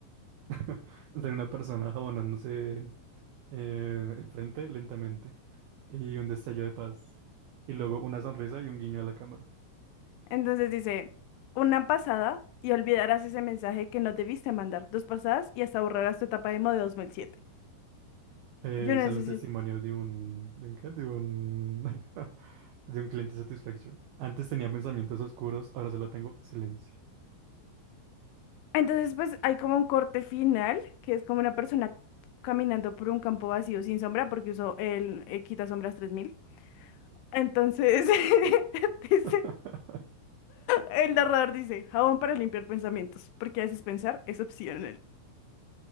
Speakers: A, on the right (about 80°); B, on the left (about 85°).
A: <laughs> Sale una persona jabonándose eh, el frente lentamente y un destello de paz. Y luego una sonrisa y un guiño a la cámara.
B: Entonces dice, una pasada y olvidarás ese mensaje que no debiste mandar. Dos pasadas y hasta borrarás tu etapa emo de 2007.
A: Eh,
B: Yo necesito.
A: y sale un testimonio de un... ¿De un qué? De un... <laughs> de un cliente satisfecho. Antes tenía pensamientos oscuros, ahora solo tengo silencio.
B: Entonces, pues hay como un corte final, que es como una persona caminando por un campo vacío sin sombra, porque usó el eh, quita sombras 3000. Entonces, <laughs> dice,
A: <laughs>
B: el narrador dice, jabón para limpiar pensamientos, porque a veces pensar es opcional.